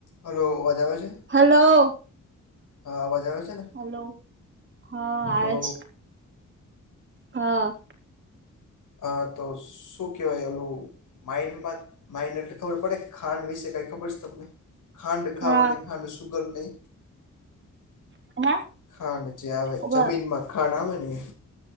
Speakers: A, on the left (about 85°); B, on the right (about 40°).
A: હલો અવાજ આવે છે?
B: હલો
A: હા અવાજ આવે છે ને,
B: હલો હા
A: હલો
B: આવે છે હા.
A: હ તો શું કહેવાય ઓલું માઈન્ડમાં માઇન એટલે ખબર પડે ખાંડ વિશે કઈ ખબર છે તમને? ખાંડ ખાવાની
B: હા
A: ખાંડ સુગરને
B: હે
A: ખાણ જે આવે
B: ઉભા
A: જમીનમાં ખાણ આવે ને